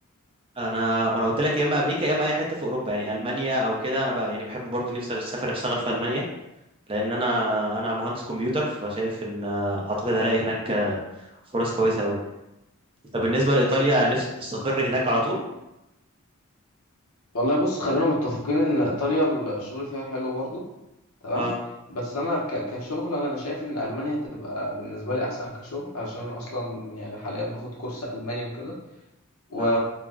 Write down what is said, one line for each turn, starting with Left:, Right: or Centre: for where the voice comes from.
Right: انا ما انا قلت لك يا اما امريكا يا اما اي حته في اوروبا يعني المانيا او كده انا بقى يعني بحب برضو نفسي اسافر اشتغل في المانيا لان انا انا مهندس كمبيوتر فشايف ان آه، اعتقد هلاقي هناك آه، فرص كويسه قوي طب بالنسبه لايطاليا نفسك تستقر هناك على طول
Left: والله بص خلينا متفقين ان ايطاليا الشغل فيها حلو برضه تمام
Right: اه
Left: بس انا ك- كشغل انا أنا شايف ان المانيا هتبقى بالنسبه لي احسن كشغل عشان انا اصلا يعني حاليا باخد كورس الماني وكده و...
Right: اه